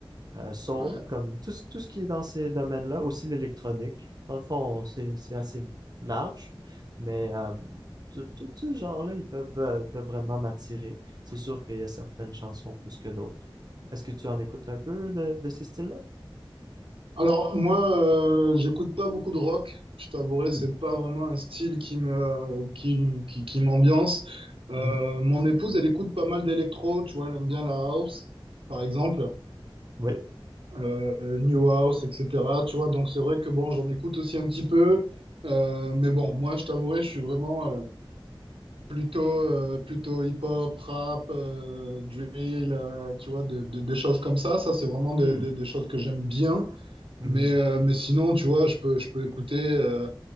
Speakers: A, on the right; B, on the right.
A: euh, soul,
B: Ouais.
A: comme tout, ce- tout ce qui est dans ces domaines-là, aussi l'électronique. Dans le fond, c'est c'est assez large, mais euh, tout tout ce genre-là, ils peuvent, euh, peuvent vraiment m'attirer. C'est sûr qu'il y a certaines chansons plus que d'autres. Est-ce que tu en écoutes un peu de, de ces styles-là?
B: Alors, moi, euh, j'écoute pas beaucoup de rock. Je t'avouerai,
A: Hmm,
B: c'est pas vraiment un style qui me, qui, m- qui, qui m'ambiance. Euh,
A: mhm,
B: mon épouse, elle écoute pas mal d'électro, tu vois, elle aime bien la house, par exemple,
A: Oui.
B: euh, New House, etc. Tu vois, donc c'est vrai que bon, j'en écoute aussi un petit peu. Euh, mais bon, moi, je t'avouerai, je suis vraiment. euh, Plutôt, euh, plutôt hip-hop, rap, euh, drill, euh, tu vois, de- de- des choses comme ça. Ça, c'est vraiment
A: Hmm,
B: des des- des choses que j'aime bien.
A: mhm.
B: Mais, euh, mais sinon, tu vois, je peux, je peux écouter. euh,